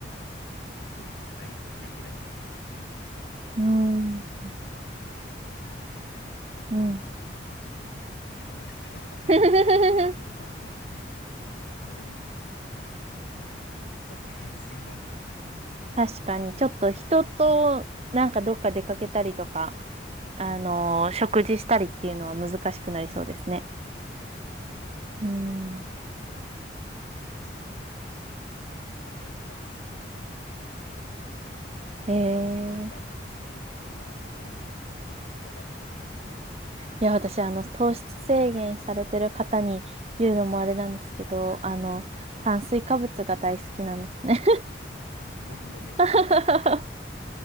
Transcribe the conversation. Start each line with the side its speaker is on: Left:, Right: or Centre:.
Left: 一人じゃないとできないなっていうので、
Right: ーん。
Left: なかなかこう家族とか恋人と暮らしてると、
Right: うん。
Left: なかなか <laughs>
Right: <laughs>
Left: もう、いやもう毎日鶏肉と野菜だけですけどっていうとちょっと変ですもんね。<laughs>
Right: 確かに、ちょっと人となんかどっか出かけたりとか、あのー食事したりっていうのは難しくなりそうですね。
Left: そうなんです。
Right: うん。
Left: なので、ちょっとあの、一時的にちょっと今やっております。逆になんかお好きな食べ物とか、
Right: <laughs> ええ
Left: 好きな食べ物とかありますか
Right: いや、私、あの、糖質制限されてる方に言うのもあれなんですけど、
Left: はい。
Right: あの、炭水化物が大好きなんですね。
Left: 僕もめちゃ好きです。
Right: <laughs>